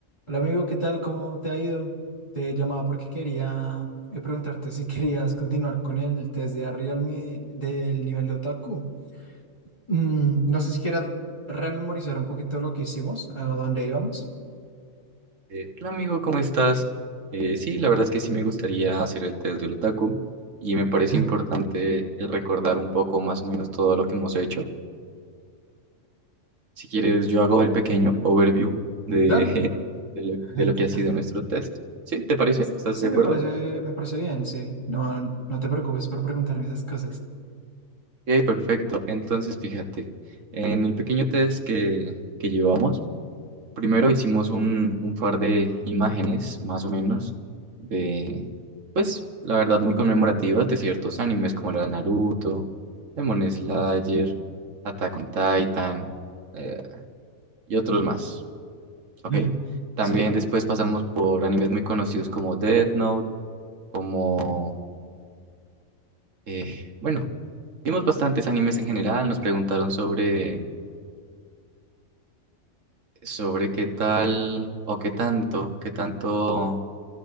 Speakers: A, on the left (about 20°); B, on the right (about 70°).
A: Hola amigo, ¿qué tal? ¿Cómo te ha ido? Te llamaba porque quería eh, preguntarte si <laughs> querías continuar con el test de Realme del nivel de otaku. Mm, no sé si quieras rememorizar un poquito lo que hicimos, a dónde íbamos.
B: Eh, hola amigo, ¿cómo estás? Eh, sí, la verdad es que sí me gustaría hacer el test del otaku y me parece
A: <laughs>
B: importante el recordar un poco más o menos todo lo que hemos hecho. Si quieres, yo hago el pequeño overview de,
A: Dale.
B: <laughs> de lo,
A: <laughs>
B: de lo que ha sido nuestro test. ¿Sí? ¿Te parece?
A: S-
B: ¿Estás
A: Sí,
B: de acuerdo?
A: me parece, me parece bien, sí. No, no te preocupes por preguntarme esas cosas.
B: Ok, perfecto. Entonces, fíjate, en el pequeño test que, que llevamos, Primero hicimos un, un par de imágenes, más o menos, de, pues, la verdad, muy conmemorativas de ciertos animes como la de Naruto, Demon Slayer, Attack on Titan, eh, y otros más,
A: <laughs>
B: ¿ok? También
A: Sí.
B: después pasamos por animes muy conocidos como Death Note, como, eh, bueno, vimos bastantes animes en general, nos preguntaron sobre, sobre qué tal o qué tanto, qué tanto